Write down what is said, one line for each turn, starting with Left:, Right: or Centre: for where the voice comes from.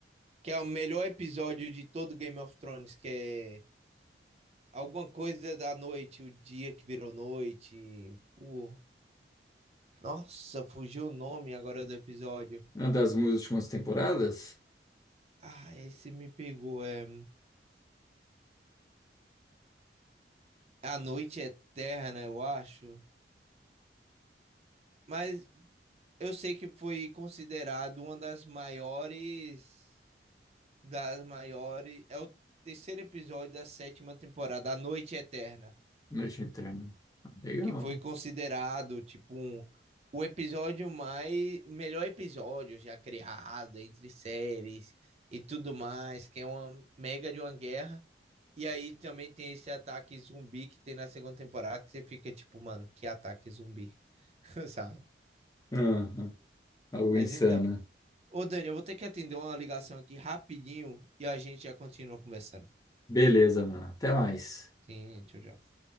Right: que é o melhor episódio de todo Game of Thrones, que é Alguma coisa da noite, o dia que virou noite. Pô, nossa, fugiu o nome agora do episódio.
Left: Uma das minhas últimas temporadas?
Right: Ah, esse me pegou. É A Noite Eterna, eu acho. Mas eu sei que foi considerado uma das maiores. Das maiores. É o terceiro episódio da sétima temporada, A Noite Eterna.
Left: Noite Eterna. Legal.
Right: que foi considerado tipo um, o episódio mais melhor episódio já criado entre séries e tudo mais, que é uma mega de uma guerra. E aí também tem esse ataque zumbi que tem na segunda temporada que você fica tipo, mano, que ataque zumbi, <laughs> sabe?
Left: Aham. Algo
Right: Mas
Left: insana.
Right: então, ô Dani, eu vou ter que atender uma ligação aqui rapidinho e a gente já continua conversando.
Left: Beleza, mano. Até mais.
Right: Sim, tchau, tchau.